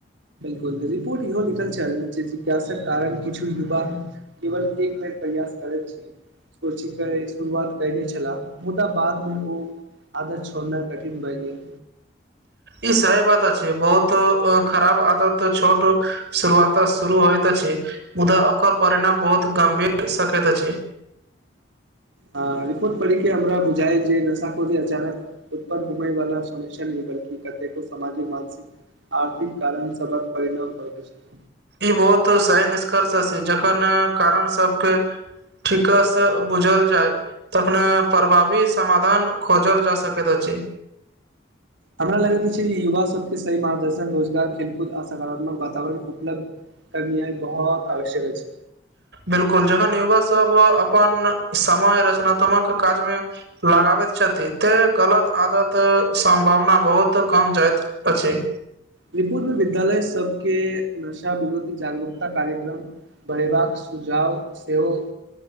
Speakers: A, on the right; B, on the right.
A: बिल्कुल रिपोर्ट इहो लिखल छाइल जिज्ञासाक कारण किछु युवा केवल एक बेर प्रयास करैत छी सोचिके शुरुआत कयने छलाह मुदा बादमे उ आदत छोड़नाइ कठिन भाय गेल।
B: ई सही बात अछि बहुत खराब आदत छोट शुरुआत शुरू होइत अछि मुदा ओकर परिणाम बहुत गम्भीर सकैत अछि
A: आ रिपोर्ट पढ़ि के हमरा बुझा जे नशा की अचानक उत्पन्न होय वाला समस्या नहि बल्कि कतेको सामाजिक मानसिक आर्थिक कारण सबक परिणाम होइत अछि
B: ई बहुत सही निष्कर्ष छै जखन कारण सबके ठीकस से बुझल जाय तखने प्रभावी समाधान खोजल जा सकैत अछि
A: हमरा लगैत अछि युवा सबके सही मार्गदर्शन रोजगार खेलकूद आ सकारात्मक वातावरण उपलब्ध <unintelligible> बहुत आवश्यक अछि
B: बिल्कुल जखन युवा सब अपन समय रचनात्मक काज मे लगाबैत छथि ते गलत आदत सम्भावना बहुत कम जाय अछि
A: रिपुर मे विद्यालय सबके नशा विरोधी जागरूकता कार्यक्रम बढ़ेबाक सुझाव सेहो